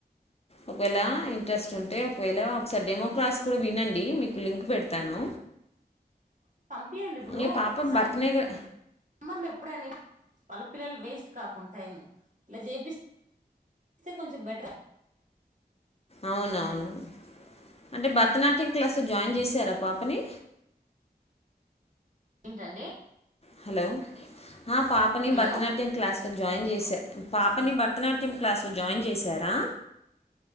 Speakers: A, on the left (about 40°); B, on the right (about 50°).
A: ఒకవేళ ఇంట్రెస్ట్ ఉంట్ అంటే ఒకవేళ ఒకసారి డెమో క్లాస్ కూడా వినండి మీకు లింక్ కు పెడతాను
B: పి ఎండి ఇప్పుడు
A: ఇక పాప
B: సమ్మ
A: భరతనే క
B: మ్మర్ లో ఎప్పుడైనా వాళ్ళ పిల్లలు వేస్ట్ కాకుండా టైము ఇలా చేపిస్తే కొంచెం బెటర్
A: అవునవును అంటే భరతనాట్యం క్లాస్లో జాయిన్ చేసారా పాపని
B: ఏంటండి
A: హలో పాపని
B: హలో
A: భరతనాట్యం క్లాస్ జాయిన్ చేసా పాపని భరతనాట్యం క్లాస్ లో జాయిన్ చేసి జరా